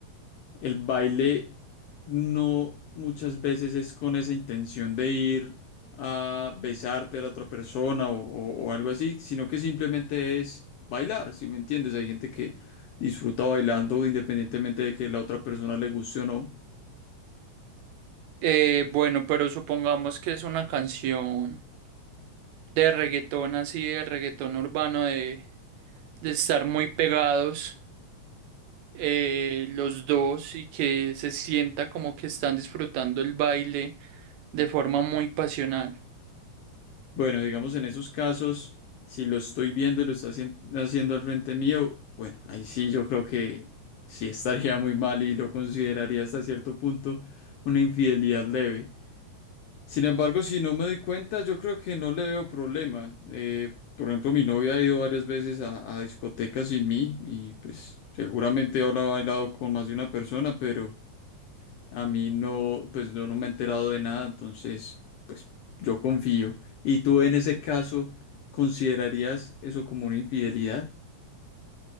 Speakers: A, on the left; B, on the right.
A: El baile no muchas veces es con esa intención de ir a besarte a la otra persona o, o- o algo así, sino que simplemente es bailar, si me entiendes? Hay gente que disfruta bailando independientemente de que la otra persona le guste o no.
B: Eh, bueno, pero supongamos que es una canción de reggaetón así, de reggaetón urbano, de, de estar muy pegados eh, los dos y que se sienta como que están disfrutando el baile. de forma muy pasional.
A: Bueno, digamos en esos casos, si lo estoy viendo y lo está hacien- haciendo al frente mío, bueno, ahí sí yo creo que sí estaría muy mal y lo consideraría hasta cierto punto una infidelidad leve. Sin embargo, si no me doy cuenta, yo creo que no le veo problema. Eh, por ejemplo, mi novia ha ido varias veces a, a discotecas sin mí y pues seguramente habrá bailado con más de una persona, pero a mí no, pues yo no me he enterado de nada, entonces yo confío. ¿Y tú en ese caso considerarías eso como una infidelidad?